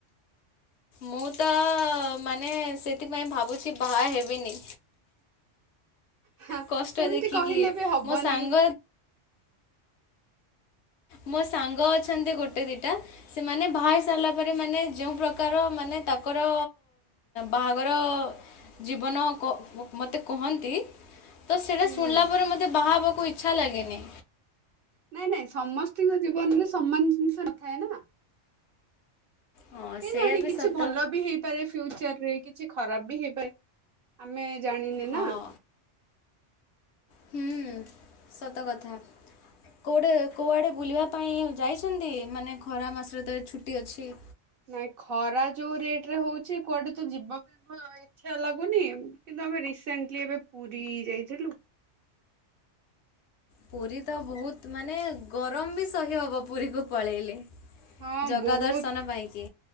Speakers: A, on the left; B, on the right.
A: ମୁଁ ତ ମାନେ ସେଥିପାଇଁ ଭାବୁଛି ବାହା ହେବିନି।
B: ହଁ
A: କଷ୍ଟ
B: ସେମିତି
A: ଦେଖିକି
B: କହିଲେ ବି ହବନି।
A: ମୋ ସାଙ୍ଗ ମୋ ସାଙ୍ଗ ଅଛନ୍ତି ଗୋଟେ ଦିଟା ସେମାନେ ବାହାହେଇ ସାରିଲା ପରେ ମାନେ ଯେଉଁ ପ୍ରକାର ମାନେ ତାଙ୍କର ବାହାଘର ଜୀବନ ମତେ କୁହନ୍ତି ତ ସେଇଟା
B: ହୁଁ।
A: ଶୁଣିଲା ପରେ ମତେ ବାହା ହେବାକୁ ଇଚ୍ଛା ଲାଗେନି।
B: ନାଇଁ ନାଇଁ ସମସ୍ତଙ୍କ ଜୀବନରେ ସମାନ ଜିନିଷ ନଥାଏ ନା।
A: ହଁ
B: କେ
A: ସେଇଆ
B: ଜାଣି
A: ବି
B: କିଛି
A: ସତ।
B: ଭଲ ବି ହେଇ ଫ୍ୟୁଚର ରେ କିଛି ଖରାପ ବି ହେଇପାରେ ଆମେ ଜାଣିନେ
A: ହଁ
B: ନା।
A: ହୁଁ ସତ କଥା। କେଉଁଟେ କେଉଁଆଡ଼େ ବୁଲିବା ପାଇଁ ଯାଇଛନ୍ତି ମାନେ ଖରା ମାସରେ ତ ଛୁଟି ଅଛି।
B: ନାଇଁ ଖରା ଯୋଉ ରେଟ ରେ ହଉଛି କୁଆଡେ ତ ଯିବା ପାଇଁ ଇଛା ଲାଗୁନି କିନ୍ତୁ ଆମେ ରିସେଣ୍ଟଲି ଏବେ ପୁରୀ ଯାଇଥିଲୁ।
A: ପୁରୀ ତ ବହୁତ ମାନେ ଗରମ ବି ସହି ହବ ପୁରୀକୁ ପଳେଇଲେ।
B: ହଁ
A: ଜଗା
B: ବହୁତ
A: ଦର୍ଶନ ପାଇଁ କି।